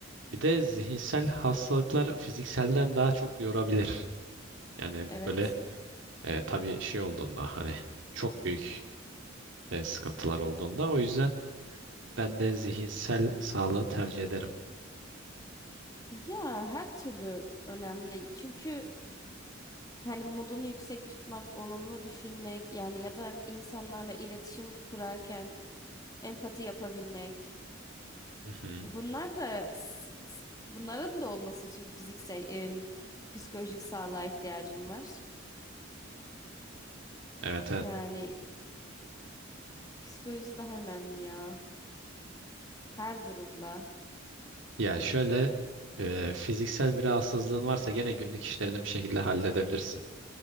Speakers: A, on the right; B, on the left.
A: Bir de zihinsel hastalıklar fizikselden daha çok yorabilir. Yani
B: Evet.
A: böyle e, tabii şey olduğunda hani çok büyük e, sıkıntılar olduğunda o yüzden ben de zihinsel sağlığı tercih ederim.
B: Ya her türlü önemli. Çünkü Hani modunu yüksek tutmak, olumlu düşünmek yani ya da insanlarla iletişim kurarken empati yapabilmek.
A: Hı hı.
B: Bunlar da s- s- bunların da olması için fiziksel em, psikolojik sağlığa ihtiyacım var.
A: Evet evet.
B: Yani psikoloji daha önemli ya her durumda.
A: Ya şöyle e, fiziksel bir rahatsızlığın varsa gene günlük işlerini bir şekilde halledebilirsin.